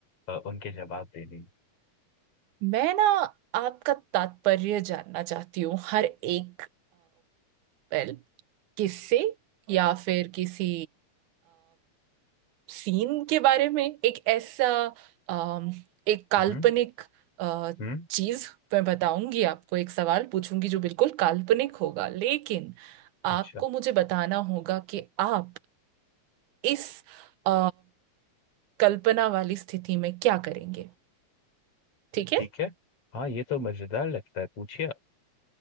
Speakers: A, on the left; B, on the right.
A: अ, उनके जवाब देने में।
B: मैं ना आपका तात्पर्य जानना चाहती हूँ हर एक वेल किससे या फिर किसी सीन के बारे में एक ऐसा अम, एक काल्पनिक
A: हम्म
B: अ,
A: हम्म
B: चीज मैं बताऊंगी आपको एक सवाल पूछूंगी जो बिल्कुल काल्पनिक होगा लेकिन आपको
A: अच्छा
B: मुझे बताना होगा कि आप इस अ, कल्पना वाली स्थिति में क्या करेंगे ठीक
A: ठीक
B: है
A: है हाँ ये तो मजेदार लगता है पूछिए आप।